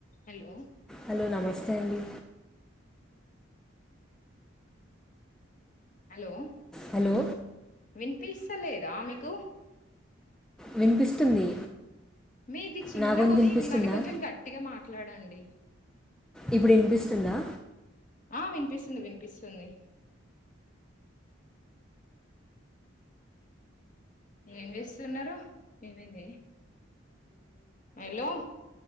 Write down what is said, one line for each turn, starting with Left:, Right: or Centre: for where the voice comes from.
Left: Hello
Centre: hello నమస్తే అండి
Left: hello
Centre: hello
Left: విన్పిల్స్ సలేదా ఆమెకు
Centre: వినిపిస్తుంది
Left: మీది చిన్నగా
Centre: నా గొంతు
Left: వస్తుందండి
Centre: వినిపిస్తుందా
Left: కొంచెం గట్టిగా మాట్లాడండి
Centre: ఇప్పుడు వినిపిస్తుందా
Left: ఆ వినిపిస్తుంది వినిపిస్తుంది ఏం చేస్తున్నారు ఏమైంది హలో